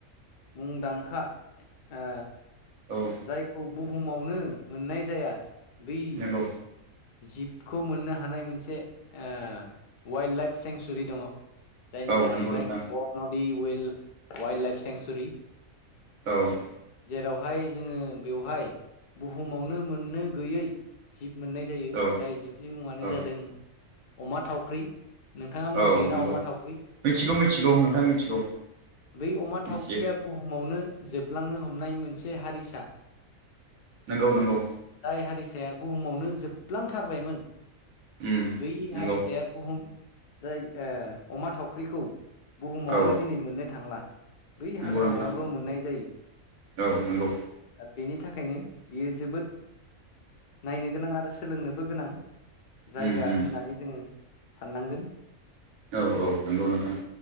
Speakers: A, on the left; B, on the right.
A: मुंदांखा ओ
B: औ
A: जायखौ बुहुमावनो मोननाय जाया बै
B: नंगौ
A: जिबखौ मोननो हानाय मोनसे ओ वाइल्ड लाइफ सेंसुरि दङ जायनो
B: औ
A: जाहैबाय
B: नंगौ नोंथां
A: बर नदि व वाइल्ड लाइफ सेंसुरि
B: औ
A: जेरावहाय जोङो बेवहाय बुहुमावनो मोननो गैयै जिब मोननाय जायो
B: औ
A: जाय जिबनि मुङानो
B: औ
A: जादों अमा थावख्रि। नोंथाङा मोनथियोना
B: औ नंगौ
A: अमा थावख्रि
B: मिथिगौ मिथिगौ नोंथां मिथिगौ।
A: बै अमा
B: मिथियो
A: थावख्रिया बुहुमावनो जोबलांनो हमनाय मोनसे हारिसा
B: नोंगौ नोंगौ।
A: जाय हारिसाया बुहुमावनो जोबलांथारबायमोन
B: उम
A: बै
B: नंगौ
A: हारिसाया बुहुम जाय ओ अमा थावख्रिखौ बुहुमावनो
B: औ
A: दिनै मोननो थांला बै हाग्रामायावल'
B: नंगौ नोंथां
A: मोननाय जायो।
B: औ नंगौ
A: दा बेनि थाखायनो बियो जोबोद नायनो गोनां आरो सोलोंनोबो गोनां। जायगा
B: उम उम
A: होननानै जोङो साननांगोन।
B: औ औ नंगौ नोंथां।